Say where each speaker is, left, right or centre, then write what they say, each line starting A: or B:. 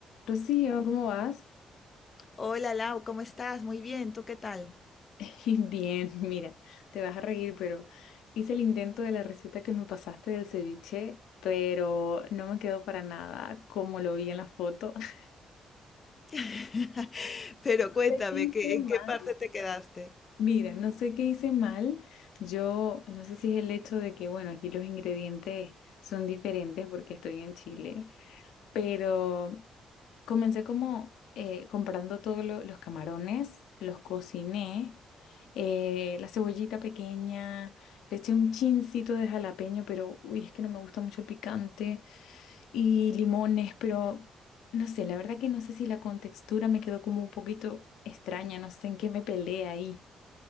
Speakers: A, on the left; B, on the left.
A: Rocío, ¿cómo vas?
B: Hola Lau, ¿cómo estás? Muy bien, ¿tú qué tal?
A: <laughs> Bien, mira, te vas a reír, pero hice el intento de la receta que me pasaste del ceviche, pero no me quedó para nada como lo vi en la foto. <laughs>
B: <laughs> Pero cuéntame,
A: Sé que hice
B: ¿qué- en
A: mal.
B: qué parte te quedaste?
A: Mira, no sé qué hice mal. Yo no sé si es el hecho de que, bueno, aquí los ingredientes son diferentes porque estoy en Chile, pero Comencé como eh, comprando todos lo- los camarones, los cociné, eh, la cebollita pequeña, le eché un chincito de jalapeño, pero uy, es que no me gusta mucho el picante, y limones, pero no sé, la verdad que no sé si la contextura me quedó como un poquito extraña, no sé en qué me peleé ahí.